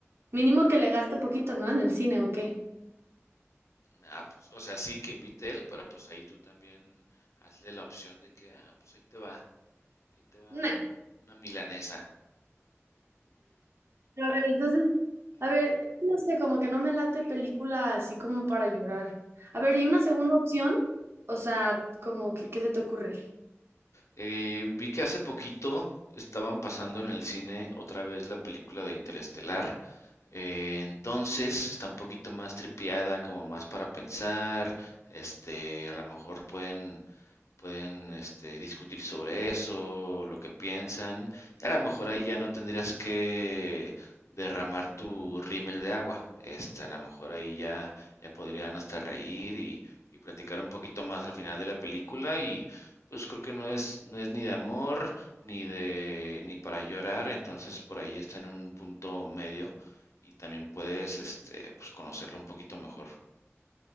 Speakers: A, on the right; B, on the left.
A: Mínimo que le gaste poquito, ¿no? En el cine o qué.
B: Ah, pues, o sea, sí que invite él, pero pues ahí tú también hazle la opción de que, ah, pues ahí te va, ahí te va
A: Nah.
B: un- una milanesa.
A: Pero A ver, entonces, a ver, no sé, como que no me late película así como para llorar. A ver, ¿y una segunda opción? O sea, como, que- ¿qué se te ocurre?
B: Eh, vi que hace poquito estaban pasando en el cine otra vez la película de Interestelar. Eh, entonces está un poquito más tripiada, como más para pensar. Este, a lo mejor pueden pueden este, discutir sobre eso, lo que piensan, y a lo mejor ahí ya no tendrías que derramar tu rímel de agua. Este, a lo mejor ahí ya, ya podrían hasta reír y, y platicar un poquito más al final de la película y pues creo que no es, no es ni de amor ni de ni para llorar, entonces por ahí está en un punto medio y también puedes este pues conocerlo un poquito mejor.